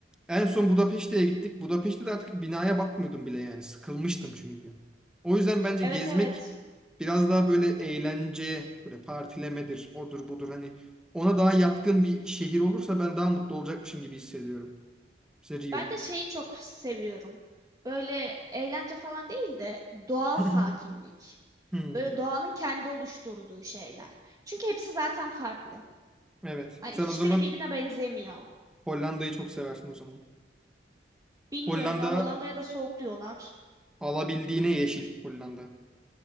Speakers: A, in the centre; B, on the right.
A: En son Budapeşte'ye gittik. Budapeşte de artık binaya bakmıyordum bile yani. Sıkılmıştım çünkü. O yüzden bence
B: Evet
A: gezmek
B: evet.
A: biraz daha böyle eğlence, böyle partilemedir, odur budur hani ona daha yatkın bir şehir olursa ben daha mutlu olacakmışım gibi hissediyorum. İşte Rio.
B: Ben de şeyi çok seviyorum. Böyle eğlence falan değil de doğal
A: <clears throat>
B: sakinlik.
A: Hmm.
B: Böyle doğanın kendi oluşturduğu şeyler. Çünkü hepsi zaten farklı.
A: Evet.
B: Hani
A: Sen
B: hiçbiri
A: o zaman
B: birine benzemiyor.
A: Hollanda'yı çok seversin o zaman.
B: Bilmiyorum
A: Hollanda
B: ya Hollanda'ya da soğuk diyorlar.
A: alabildiğine yeşil Hollanda.